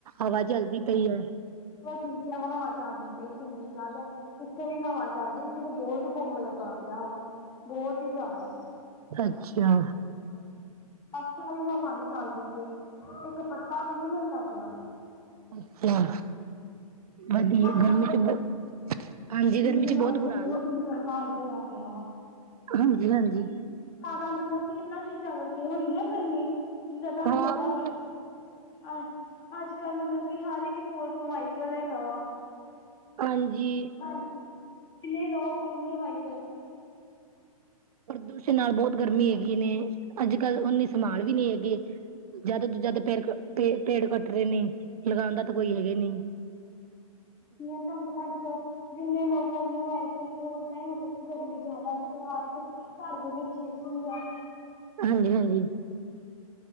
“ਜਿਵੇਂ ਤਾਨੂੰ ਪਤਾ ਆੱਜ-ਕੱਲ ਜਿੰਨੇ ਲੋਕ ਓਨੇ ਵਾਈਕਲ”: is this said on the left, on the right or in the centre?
Left